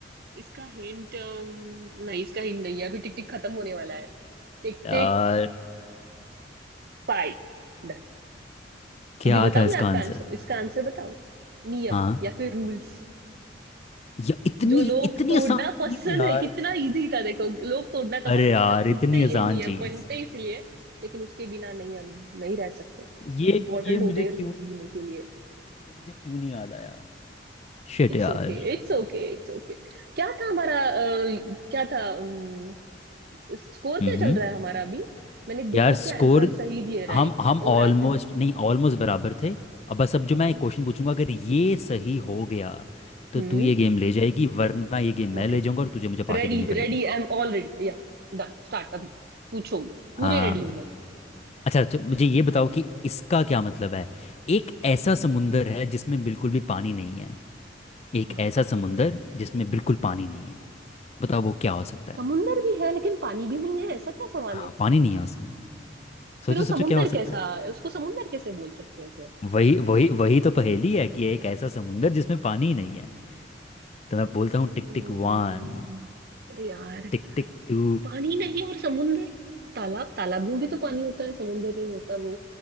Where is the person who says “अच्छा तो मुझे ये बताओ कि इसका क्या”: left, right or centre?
Left